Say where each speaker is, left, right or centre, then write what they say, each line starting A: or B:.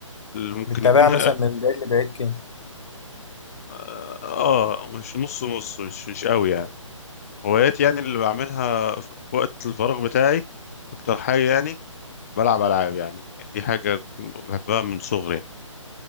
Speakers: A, on the left; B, on the left.
A: اللي ممكن
B: بتتابعها
A: يكون
B: مثلا
A: ه-
B: من بعيد لبعيد كده
A: اه آه، مش نص نص مش مش قوي يعني هواياتي يعني اللي بعملها في وقت الفراغ بتاعي اكتر حاجه يعني بلعب العاب يعني دي حاجه بحبها من صغري يعني